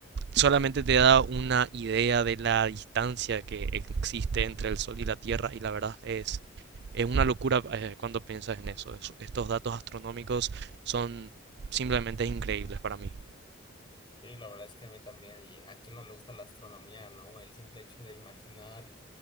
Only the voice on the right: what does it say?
solamente te da una idea de la distancia que existe entre el Sol y la Tierra y la verdad es, es una locura eh, cuando piensas en eso. Es- estos datos astronómicos son simplemente increíbles para mí.